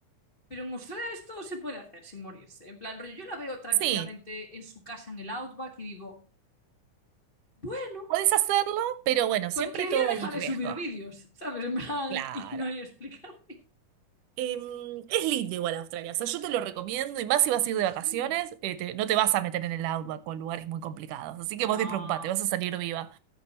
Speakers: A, on the left (about 35°); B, on the right (about 80°).
A: Pero en Australia esto se puede hacer sin morirse. En plan, rollo, yo la veo tranquilamente
B: Sí,
A: en su casa en el Outback y digo, bueno,
B: podés hacerlo, pero bueno,
A: cualquier
B: siempre todo
A: día deja
B: hay riesgo.
A: de subir vídeos, ¿sabes? En plan,
B: Claro.
A: y no hay explicación.
B: Em, es lindo igual Australia, o sea, yo te lo recomiendo y más si vas a ir de vacaciones,
A: Sí.
B: eh, te- no te vas a meter en el outback o en lugares muy complicados, así que vos
A: No,
B: despreocupate, vas a salir viva.